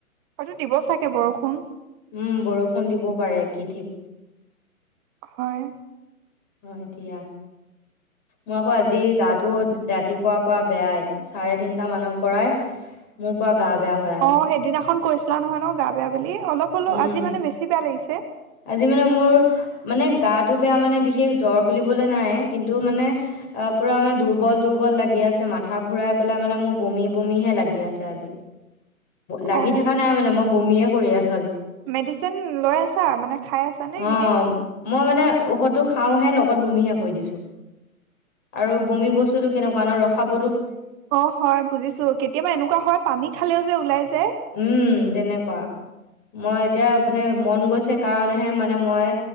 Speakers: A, on the right; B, on the left.
A: হয়তো দিব চাগে বৰষুণ
B: উম বৰষুণ দিবও পাৰে কি ঠিক
A: হয়
B: হয় দিয়া। মই আকৌ আজি গাটো ৰাতিপুৱাৰ পৰা বেয়াই চাৰে তিনটা মানৰ পৰাই মোৰ পুৰা- গা বেয়া হৈ আছে
A: অ', সেইদিনাখন কৈছিলা নহয় ন', গা -বেয়া বুলি অলপ হলো
B: উম,
A: আজি মানে বেছি বেয়া লাগিছে?
B: আজি মানে মোৰ মানে গাটো বেয়া মানে বিশেষ জ্বৰ বুলিবলে নাই কিন্তু মানে পুৰা মানে দুৰ্বল -দুৰ্বল লাগি আছে মাথা ঘূৰাই পেলাই মানে মোৰ বমি -বমিহে লাগি আছে আজি। লাগি
A: অ
B: থাকা নাই মানে মই বমীয়ে, পৰি আছ
A: মেডিচিন লৈ আছা? কোৱা মানে খাই আছানে
B: অ
A: এইকেইদিন?
B: মই মানে ঔষধটো খাওঁহে লগত বমিহে কৰি দিছো আৰু বমি বস্তুতটো কেনেকুৱা ন', ৰখাব,
A: অ', হয় বুজিছো কেতিয়াবা এনেকুৱা হয় পানী খালেও যে ওলাই যে,
B: উম তেনেকুৱা মই এতিয়া মানে মন গৈছে, সেই কাৰণেহে মানে মই